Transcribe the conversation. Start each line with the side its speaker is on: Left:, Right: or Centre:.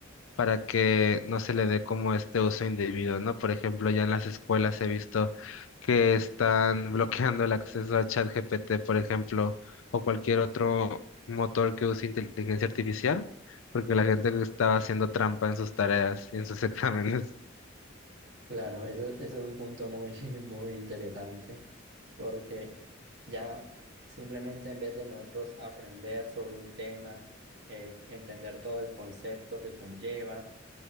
Left: para que no se le dé como este uso indebido, ¿no? Por ejemplo, ya en las escuelas he visto que están <laughs> bloqueando el acceso a ChatGPT, por ejemplo, o cualquier otro motor que use inteligencia artificial, porque la gente estaba haciendo trampa en sus tareas y en sus <laughs> exámenes.
Right: Claro, eso, eso es un punto muy, <laughs> muy interesante porque ya simplemente en vez de nosotros aprender sobre un tema, eh, entender todo el concepto que conlleva,